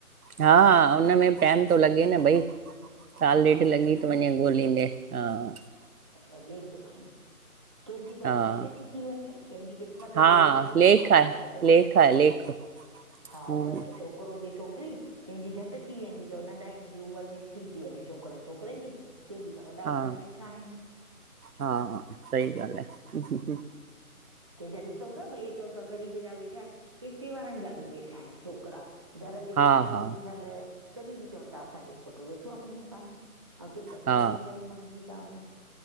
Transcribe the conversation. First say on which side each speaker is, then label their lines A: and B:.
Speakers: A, on the right; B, on the right.
A: हा, हुनमें बि टाइम थो लॻे
B: थी
A: न भई, साल
B: हा
A: ॾेढ लॻी
B: थिए
A: थो वञे ॻोल्हींदे हा --
B: त लॻे थो भई -- कंहिंजी त वरी
A: हा
B: झटि ती थी वञे कंहिंजी किस्मत
A: हा
B: जोरु आ त
A: लेख
B: पो फटाफट।
A: आहे लेख आहे लेख
B: हा
A: हम्म,
B: बसि छोकिरो हुजे छोकिरी, कंहिंजी झटि थी वेंदी थव नंढा नंढी उमिरि में थी ती वञे छोकिरनि छोकिरियुनि जी कंहिंजी त वॾा
A: हा
B: वॾा वेठा आहिन!
A: हा सही ॻाल्ह आहे।
B: कंहिंजा ॾिसूं था भई चऊं था ग़रीब जा वेठा, पैसे वारन जा -- वेठा आहिन छोकिरा, दर ते
A: हा,
B: कारियूं
A: हा,
B: बीठल -- तॾहिं बि चवनि था असांजो पुटु वेठो आ मङयो काने ऐं कंहिंजा
A: हा,
B: ग़रीबनि जा बि मङजी था वञन।